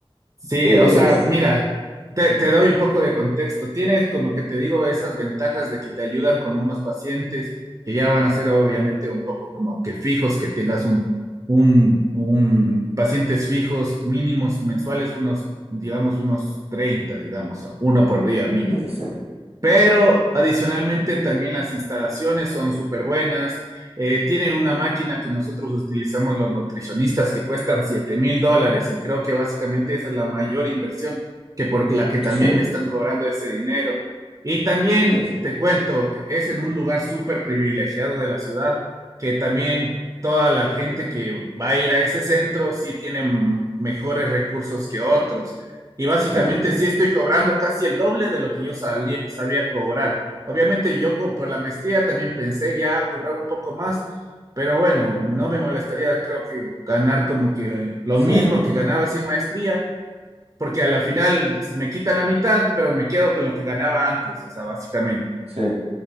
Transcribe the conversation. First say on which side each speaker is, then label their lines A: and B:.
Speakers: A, on the right; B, on the right.
A: Sí,
B: Este,
A: o sea, mira, te, te doy un poco de contexto. Tienes, como que te digo, esas ventajas de que te ayudan con unos pacientes que ya van a ser obviamente un poco como que fijos, que tengas un, un, un pacientes fijos mínimos mensuales, unos, digamos, unos 30, digamos, uno por día mínimo.
B: sí, sí, sí,
A: Pero adicionalmente también las instalaciones son súper buenas. Eh, tienen una máquina que nosotros utilizamos los nutricionistas que cuesta siete mil dólares y creo que básicamente esa es la mayor inversión que por la que también
B: sí,
A: me están cobrando ese dinero. Y también
B: sí, sí,
A: te cuento, es en un lugar súper privilegiado de la ciudad que también toda la gente que va a ir a ese centro sí tiene mejores recursos que otros. Y básicamente
B: sí,
A: sí estoy cobrando casi el doble de lo que yo salí- sabía cobrar. Obviamente yo co- por la maestría también pensé ya cobrar un poco más, pero bueno, no me molestaría creo que ganar como que eh, lo
B: sí.
A: mismo que ganaba sin maestría, porque a la final me quita la mitad, pero me quedo con lo que ganaba antes, o sea, básicamente.
B: sí.